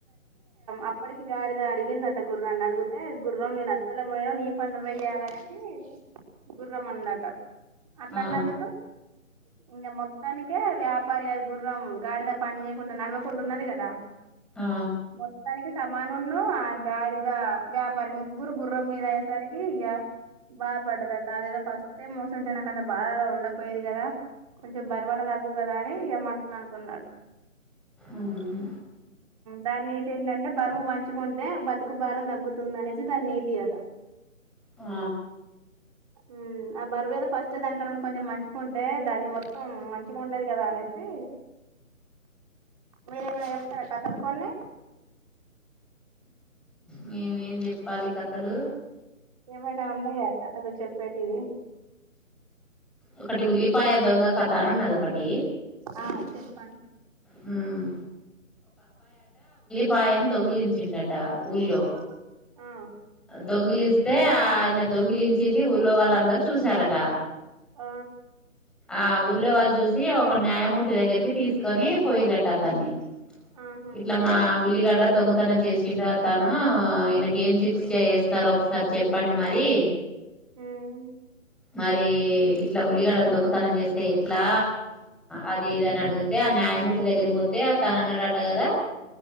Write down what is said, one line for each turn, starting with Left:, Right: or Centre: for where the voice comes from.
Right: అప్పటికి గాడిద అడిగిందట గుర్రాన్ని అడిగితే గుర్రం నేను అసలే మొయ్య నీ పని నువ్వే చేయాలనేసి గుర్రం అన్నట అట్లన్నందుకు
Centre: ఆ
Right: ఇంకా మొత్తానికే వ్యాపారి అది గుర్రం గాడిద పని చేయకుండా నడవకుండా ఉన్నది కదా
Centre: ఆ
Right: మొత్తానికి సమాన నున్న ఆ గాడిద వ్యాపారి ముగ్గురు గుర్రం మీద అయేసరికి ఇ బాధ పడ్డదట అద ఏదో ఫస్ట్ టైమ్ మోస్తుంటే నాక అంత బాధ ఉండపోయేది కదా కొంచెం బర్వన్న దగ్గు కదా అని ఇ మనసుల అనుకున్నాడు
Centre: ఉమ్,
Right: దాని నీతి ఏంటంటే బరువు పంచుకుంటే బతుకు భారం తగ్గుతుంది అనేసి దాని నీతి అట
Centre: ఆ
Right: మ్మ్ ఆ బరువేదో ఫస్ట్ దానికన్నాండి కొంచెం మంచిగాంటే దాన్ని మొత్తం మొత్తం మంచిగా ఉండేది కదా అనేసి మీరేమైనా చెప్తారా కథలు కొన్ని
Centre: మేమేం చెప్పాలి కథలు
Right: ఏమైనా ఉన్నాయా కథలు చెప్పేటియి
Centre: ఒకటి ఉల్లిపాయ దొంగ కథ అనీ ఉన్నది ఒకటి
Right: ఆ చెప్పండి
Centre: ఉమ్ పాయను దొంగలించిండట ఊళ్ళో
Right: ఆ ఆ
Centre: దొంగలిస్ స్తే ఆ ఆయన దొంగిలించింది ఊళ్లో వాళ్ళందరు చూశారట
Right: ఆ
Centre: ఆ ఊళ్ళో వాళ్ళు చూసి ఒక న్యాయమూర్తి దగ్గరికి తీసుకొని పోయిరటా అతన్ని
Right: ఆహా
Centre: ఇట్లా మా ఉల్లిగడ దొంగతనం చేసిండు అతను ఇనకి ఏం శిక్ష చేస్తారో ఒకసారి చెప్పండి మరి
Right: మ్మ్
Centre: మరి ఇట్లా ఉల్లిగడలు దొంగతనం చేస్తే ఎట్లా అది ఇది అని అడిగితే ఆ న్యాయమూర్ దగ్గరికి పోతే తను అన్నాడట కదా